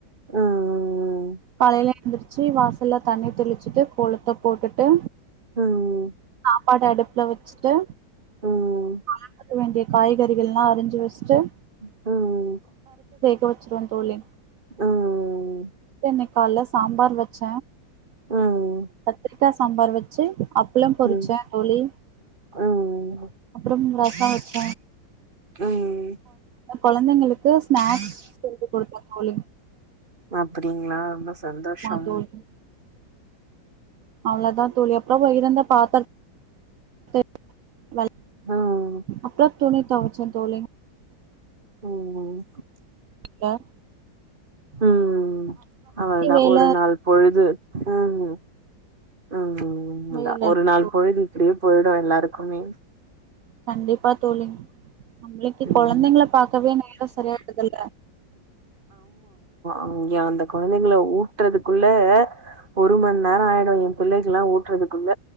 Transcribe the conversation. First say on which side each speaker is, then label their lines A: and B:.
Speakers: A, on the right; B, on the right.
A: ம்.
B: காலையில எந்திர்ச்சி வாசல்ல தண்ணி தெளிச்சிட்டு கோலத்த போட்டுட்டு
A: ம்.
B: சாப்பாடு அடுப்புல வச்சுட்டு
A: ம்.
B: வளர்த்துக்க வேண்டிய காய்கறிகள்ல்லா அரிஞ்சு வச்சுட்டு
A: ம் ம்
B: தோச்சிருவ தோழி
A: ம்.
B: இன்னிக்கு கால்ல சாம்பார் வச்ச
A: ம்.
B: கத்திரிக்கா சாம்பார் வச்சு அப்பளம் பொறிச்ச
A: ம்.
B: தோழி
A: ம்.
B: அப்புற ரசம் வச்ச
A: ம்
B: கொழந்தைங்களுக்கு ஸ்நாக்ஸ் செஞ்சி குடுத்த தோழி
A: அப்டிங்களா ரொம்ப சந்தோஷம்
B: ஆமா தோழி அவ்ளோதா தோழி அப்புற போய் இருந்த பாத்திரத் வல
A: ம்.
B: அப்புற துணி தொவச்ச தோழி
A: ம் ம்
B: லோ
A: ம் அவளதா
B: வேல
A: ஒரு நாள் பொழுது ம் ம்
B: முடியல
A: ஒரு நாள்
B: தோழி
A: பொழுது இப்டியே போயிடு எல்லாருக்குமே
B: கண்டிப்பா தோழி நம்ளுக்கு
A: ம்.
B: கொழந்தைங்கல பாக்கவே நேரோ சரியா ஆயிருதுல
A: ம் யா அந்த கொழந்தைங்கல ஊட்டுறதுக்குள்ள ஒரு மண் நேரோ ஆயிடு எ பிள்ளைக்ல்லா ஊட்றதுக்குள்ள